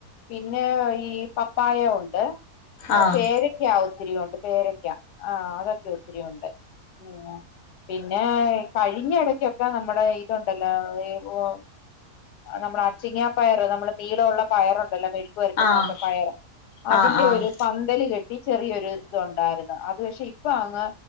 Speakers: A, on the left; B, on the left.
A: പിന്നെ ഈ പപ്പായയുണ്ട്
B: ആഹ്
A: പേരക്കാ ഒത്തിരിയുണ്ട് പേരക്ക ആ അതൊക്കെ ഒത്തിരിയുണ്ട് ഉം പിന്നെ കഴിഞ്ഞ എടക്കൊക്കെ നമ്മടെ ഇതുണ്ടല്ലോ ഓ നമ്മള അ ച്ചിങ്ങാപ്പയറ് നമ്മള് നീളവുള്ള പയറുണ്ടല്ലോ മെഴുക്കു വരട്ടുന്നൊക്കെ
B: ആഹ്
A: പയർ അതിന്റെ
B: ആഹ് ആഹ്
A: ഒരു പന്തല് കെട്ടി ചെറിയൊരു ഇതുണ്ടാരുന്ന് അത് പക്ഷെ ഇപ്പൊ അങ്ങ്